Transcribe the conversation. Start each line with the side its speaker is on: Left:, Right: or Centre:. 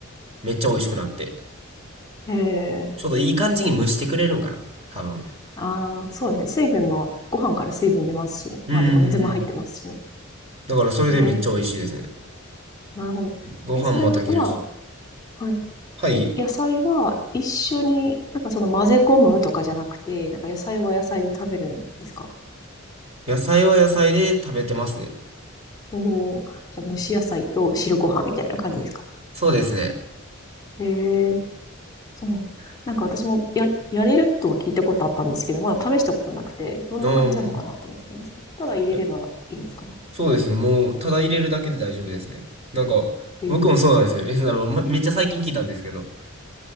Right: めっちゃ美味しくなって、
Left: ええ
Right: ちょうどいい感じに蒸してくれるんかな多分。
Left: 確かに。ああ、そうですね。水分も、ご飯から水分出ますし、
Right: うー
Left: まあ、てか水も入ってますしね。
Right: ん。だからそれでめっちゃ美味しいですね。
Left: ええ、なるほど。
Right: ご飯も炊けるし。
Left: え、それは、はい。
Right: はい。
Left: え、野菜は一緒に、なんかその混ぜ込むとかじゃなくて、なんか野菜は野菜で食べるんですか
Right: 野菜は野菜で食べてますね。
Left: おおー、じゃあ蒸し野菜と汁ご飯みたいな感じですか
Right: そうですね。
Left: へえ、そう。なんか私もや、やれるとは聞いたことあったんですけど、まだ試したことなくて、どんな感じなのかなと思ってたんですけど、
Right: うん。
Left: ただ入れればいいんですかね。
Right: いやそうですね。もう、ただ入れるだけで大丈夫ですね。なんか、
Left: へえ、
Right: 僕もそうなんですよ。<laughs> えあの、まめっちゃ最近聞いたんですけど。